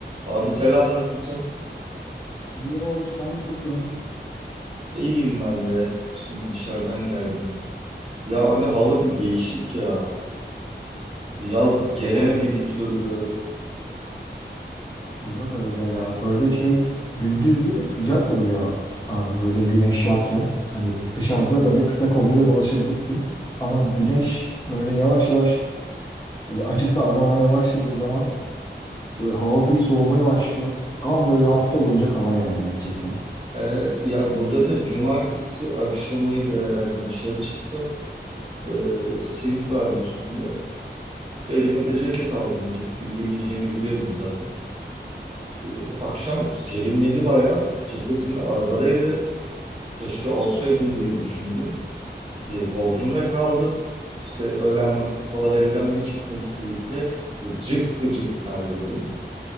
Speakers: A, on the right (about 30°); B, on the left (about 20°).
A: Abi selam nasılsın?
B: İyiyim Oğuz, sen nasılsın?
A: İyiyim ben de. Şimdi dışarıdan geldim. Ya abi hava bir değişik ya. Yaz
B: Valla
A: gelemedi bir türlü.
B: burada da öyle
A: Yani,
B: ya. Böyle şey gündüzleri sıcak oluyor abi böyle güneş varken. Hani dışarıda böyle kısa kolluyla dolaşabilirsin. Ama güneş böyle yavaş yavaş böyle açısı azalmaya başladığı zaman böyle hava bir soğumaya başlıyor. Tam böyle hasta olunacak hava yani gerçekten.
A: evet ya burada da cumartesi akşamıydı herhalde dışarı çıktım. Ee, sivit vardı üstünde. Elime de ceket aldım. Yani ceketi giymeyeceğimi biliyordum zaten. Ee, akşam serinledi bayağı. Ceketim de arabadaydı. Keşke alsaydım diye düşündüm. E, Bodrum'da kaldım. İşte öğlen vakti falan evden bir çıktım Simit'le. Vıcık vıcık terledim.